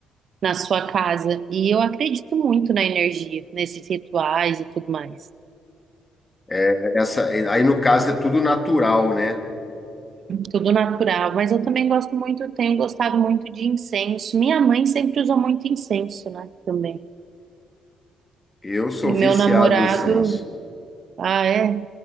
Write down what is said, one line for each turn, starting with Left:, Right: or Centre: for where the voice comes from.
Right: na sua casa. E eu acredito muito na energia, nesses rituais e tudo mais.
Left: é Essa, aí no caso é tudo natural, né?
Right: Tudo natural, mas eu também gosto muito, tenho gostado muito de incenso. Minha mãe sempre usou muito incenso, né? Também.
Left: Eu sou
Right: E
Left: viciado
Right: meu namorado.
Left: em incenso.
Right: Ah, é?